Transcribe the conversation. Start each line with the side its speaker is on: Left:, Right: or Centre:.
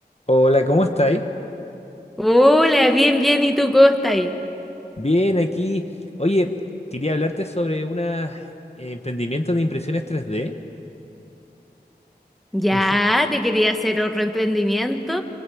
Left: Hola, ¿cómo estáis?
Centre: Hola, bien, bien, ¿y tú cómo estás ahí?
Left: Bien, aquí. Oye, quería hablarte sobre unos emprendimientos de impresiones tres d
Centre: Ya,
Left: No sé.
Centre: te quería hacer otro emprendimiento.